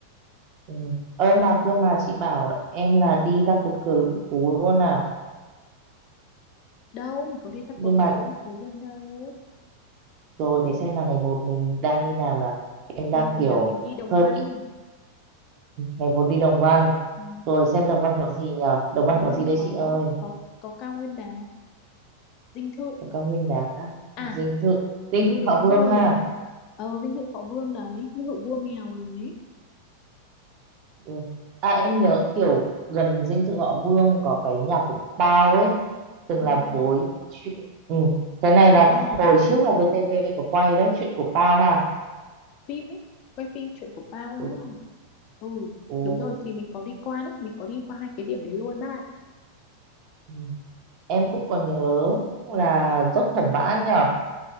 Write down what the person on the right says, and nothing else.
ừ. ơ mà cơ mà chị bảo em là đi ra cột cờ Lũng Cú luôn à
nhưng
mà
rồi thế xem là ngày một mình đang đi nào là em đang
kiểu
hơi
bị ngày một đi Đồng Văn
rồi xem Đồng Văn có gì nhở Đồng Văn
có
gì đây
chị ơi
có cao nguyên đá
dinh thự dinh
thự
Thọ Vương
ha
Ừ. À em nhớ kiểu gần dinh thự họ Vương có cái nhà của Bao ấy từng
là bối chuyện ừ. cái này
là hồi
trước là VTV có quay đấy chuyện của Bao ha
ừ.
Ừ.
Ừ. em cũng còn nhớ là dốc Thẩm Mã nhở